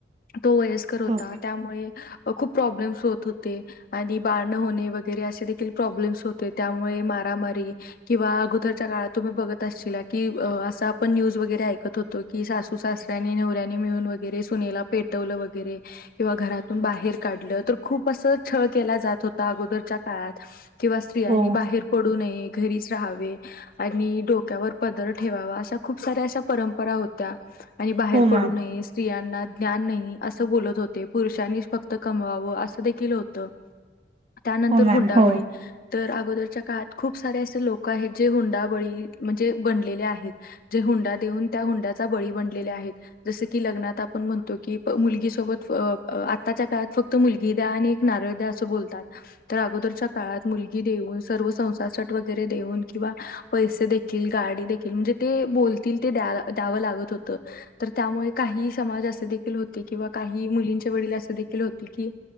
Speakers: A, on the left; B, on the right.
A: तो वयस्कर होता
B: हो,
A: त्यामुळे खूप प्रॉब्लेम्स होत होते आणि बाारणं होणे वगैरे असे देखील प्रॉब्लेम्स हो त्यामुळे मारामारी. किंवा अगोदरच्या काळात तुम्ही बघत असश की असं आपण न्यूज वगैरे ऐकत होतो. की सासू सासऱ्यांनी नवऱ्यानी मिळून वगैर सुनेला पेटवलं वगैरे किंवा घरातून बाहेर काढलं तर खूप असं छळ केला जात होत. अगोदरच्या काळात किंवा स्त्रियांनी
B: हो,
A: बाहेर. पडू नये घरीच राहावे आणि डोक्यावर पदर ठेवावा अशा खूप साऱ्या अशा परंप. परा होत्या. आणि बाहेर
B: हो
A: पडू
B: मॅम.
A: नये स्त्रियांना ज्ञान नाही असं बोलत होते पुरुषांनी फक्त. कमवाव असं देखील होत त्यानंतर
B: हो मॅम.
A: हुंडाबळी
B: हो.
A: तर अगोदरच्या काळात खूप सारे असे लोक आहेत जे हुंडाबळी म्हणजे बनलेले आहेत. जे हुंडा देऊन त्या हुंड्याचा बळी बनलेले आहेत. जस की लग्नात आपण म्हणतो की मुलगी सोबत आत्ताच्या काळात फक्त मुलगी द्या आणि- नारळद्या असं बोलतात. तर अगोदरच्या काळात मुलगी देऊन सर्व संसारसाट वगैरे देऊन किंवा. पैसे देखील गाडी देखील म्हणजे ते बोलतील ते द द्यावं लागत होतं तर त्यामुळे काही समाज असे देखील होते किंवा काही मुलींच्या वडील असे देखील होते की